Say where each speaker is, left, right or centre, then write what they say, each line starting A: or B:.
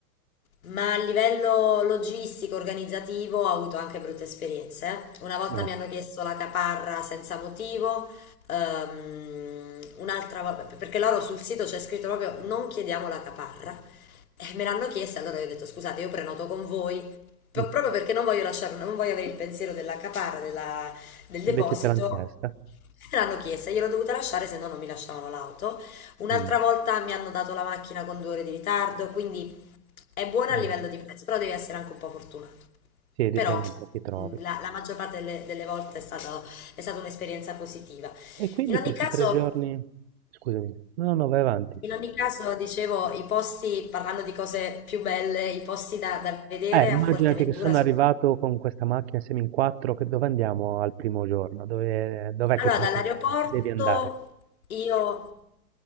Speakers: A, on the left (about 60°); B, on the right (about 40°).
A: Ma a livello logistico, organizzativo, ho avuto anche brutte esperienze. eh. Una volta
B: Eh,
A: mi hanno chiesto la caparra senza motivo, ehm, un'altra volta, perché loro sul sito c'è scritto proprio non chiediamo la caparra. E me l'hanno chiesta, allora io ho detto scusate, io prenoto con voi, pro-
B: mm.
A: proprio perché non voglio lasciare, non voglio avere il pensiero della caparra, della- del deposito.
B: Invece te l'hanno chiesta?
A: Me l'hanno chiesta, gliel'ho dovuta lasciare, se no non mi lasciavano l'auto. Un'altra
B: Mm.
A: volta mi hanno dato la macchina con due ore di ritardo, quindi è buona
B: Eh,
A: a livello di prezzo, però devi essere anche un po' fortunato.
B: sì, dipende
A: Però
B: un po' chi trovi.
A: mh, la, la maggior parte delle, delle volte è stata, è stata un'esperienza positiva.
B: E quindi
A: In ogni
B: questi
A: caso,
B: tre giorni... Scusami, no, no, vai avanti.
A: in ogni caso, dicevo, i posti, parlando di cose più belle, i posti da, da vedere
B: Eh, immaginati
A: a Fuerteventura.
B: che sono
A: so-
B: arrivato con questa macchina, siamo in quattro, che dove andiamo al primo giorno? Dove, dov'è che
A: Allora,
B: proprio
A: dall'aeroporto
B: devi andare?
A: io